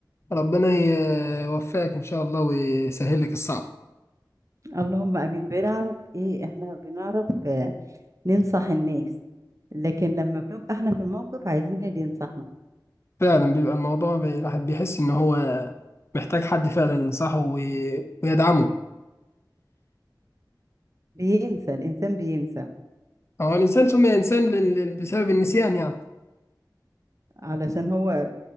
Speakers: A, on the left (about 35°); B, on the right (about 45°).
A: ربنا يوفقك ان شاء الله ويسهل لك الصعب
B: اللهم آمين بنعرف إيه إحنا بنعرف آه، ننصح الناس لكن لما بنبقى إحنا في الموقف عايزين اللي ينصحنا
A: فعلا بيبقى الموضوع بي- الواحد بيحس ان هو محتاج حد فعلا ينصحه وي... ويدعمه
B: بينسى الإنسان بينسى
A: هو الانسان سمي انسان لل- لل- بسبب النسيان يعني
B: علشان هو